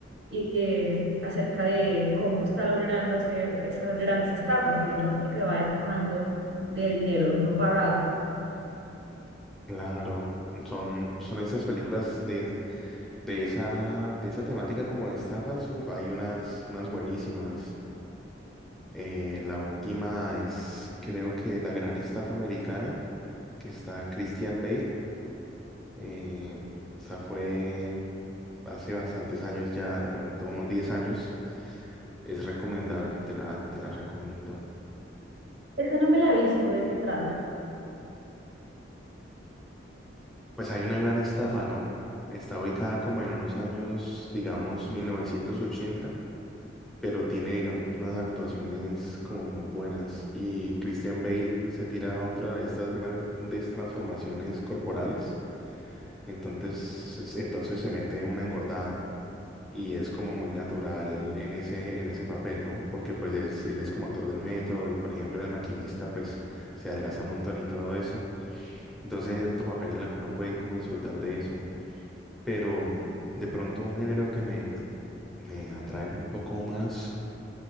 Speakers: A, on the right; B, in the centre.
A: y eh, acerca de cómo está logrando hacer esas grandes estafas y el rastro que va dejando de dineros no pagados.
B: Claro, son, son esas películas de, es- de esa, de esa temática como de estafas. Uf, hay unas, unas buenísimas. Eh, la última es, creo que La Gran Estafa Americana, que está Christian Bale. Eh, esa fue hace bastantes años ya, de pronto unos 10 años. Es recomendable, te la, te la recomiendo.
A: Esa no me la he visto, ¿de qué trata?
B: Pues hay una gran estafa, ¿no? Está ubicada como en unos años, digamos, 1980, pero tiene, digamos, unas actuaciones como muy buenas. Y Christian Bale se tira a otra de estas grandes transformaciones corporales. Entonces, se- entonces se mete una engordada y es como muy natural en ese, en ese papel, ¿no? Porque pues es, él es como actor del método y, por ejemplo, en El Maquinista, pues se adelgaza un montón y todo eso. Entonces es otro papel en el que uno puede como disfrutar de eso. Pero mm, de pronto un género que me, me atrae un poco más,